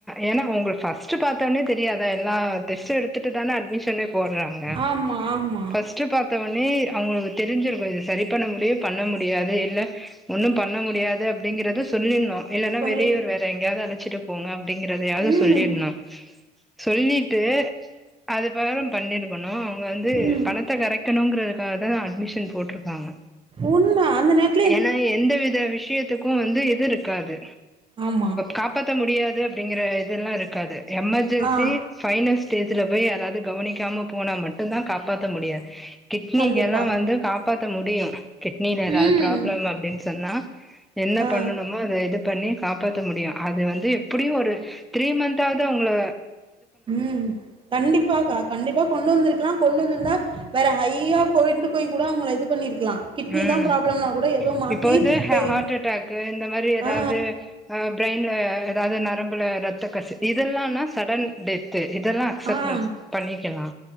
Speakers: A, in the centre; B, on the right (about 25°).
A: ஏனா உங்களுக்கு ஃபர்ஸ்ட் பாத்த ஒன்னே தெரியாத எல்லா டெஸ்ட் எடுத் த்ட்டு தானே அட்மிஷனே போடுறாங்க
B: ஆமா ஆமா
A: ஃபர்ஸ்ட் வெச்சு பாத்தவொன்னே அவுங்களுக்கு தெரிஞ்சிருக்கு இது சரி பண்ண முடியு பண்ண முடியாது இல்ல ஒன்னு பண்ண முடியாது அப்டிங்கிறத சொல்லின்ணு இல்லன்னா
B: சொல்லிருக்கே
A: வெளியூர் வேற எங்கயாவுது அழைச்சிட்டு போங்க அப்பங்காறதையாவுது
B: ம்
A: சொல்லிற்ணு சொல்லிட்டு அது <unintelligible> பண்ணிருக்கணு அவுங்க வந்து
B: ம்
A: பணத்த கரக்கணுங்கிறதுக்காக தா அட்மிஷன் போட்டுருக்காங்க
B: உண்ம அந்த நேர்த்
A: ஏன்னா எந்த வித விஷயத்துக்கு இப்ப வந்து இது இருக்காது
B: ஆமா
A: காப்பாத்த முடியாது அப்டிங்கிற இதெல்லா இருக்காது எமர்ஜென்சி
B: ஆ
A: ஃபைனல் ஸ்டேஜ்ல போய் யாராது கவனிக்காம போனா மட்டுந் தா காப்பாத்த முடியாது கிட்னிக்கு
B: கண்டிப்பா
A: எல்லா வந்து காப்பாத்த முடியு கிட்னில எதா
B: ம்
A: ப்ராப்ளம் அப்டின்னு சொன்னா என்ன
B: ஆ
A: பண்ணனுமோ அத இது பண்ணி காப்பாத்த முடியு அது வந்து எப்புடியு ஒரு த்ரீ மந்த்தாவது அவுங்கள
B: ம் கண்டிப்பாக்கா கண்டிப்பா கொண்டு வந்திருக்குலா கொண்டு வந்திருந்தா வேற ஹையா கோய்ண்டு போய் கூட அவூங்கள இது பண்ணிருக்கலா கிட்னி
A: ம்
B: தா ப்ராப்ளம்னா கூட ஏதோ மாத்தி
A: இப்போது
B: இப்ப
A: ஹ ஹார்ட் அட்டாக்கு இந்த மாரி எதாவுது
B: ஆ
A: அ பிரெயின்ல எதாவூது நரம்புல ரத்த கசிவு இதெல்லானா சடன் டெத்து இதெல்லா சப்பன்
B: ஆ
A: பண்ணிக்கலா